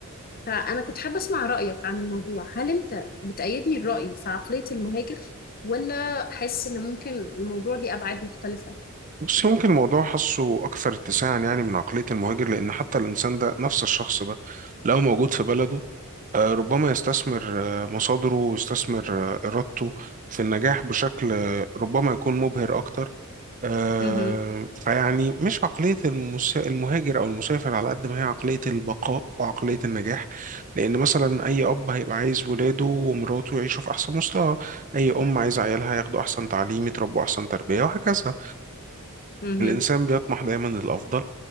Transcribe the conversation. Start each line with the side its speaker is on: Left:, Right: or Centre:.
Left: فأنا كنت حابة أسمع رأيك عن الموضوع هل أنت بتأيدني الرأي في عقلية المهاجر ولا حاسس إن ممكن الموضوع ليه أبعاد مختلفة؟
Right: بص ممكن الموضوع حاسه أكثر اتساعا يعني من عقلية المهاجر لأن حتى الإنسان ده نفس الشخص ده لو موجود في بلده آه، ربما يستثمر آه، مصادره ويستثمر آه، إرادته في النجاح بشكل آه، ربما يكون مبهر أكتر آه،
Left: مهم.
Right: فيعني مش عقلية المس... المهاجر أو المسافر على قد ما هي عقلية البقاء وعقلية النجاح لأن مثلا أي أب هيبقى عايز ولاده ومراته يعيشوا في أحسن مستوى أي أم عايزة عيالها ياخدوا أحسن تعليم يتربوا أحسن تربية وهكذا
Left: مهم.
Right: فالإنسان بيطمح دايما للأفضل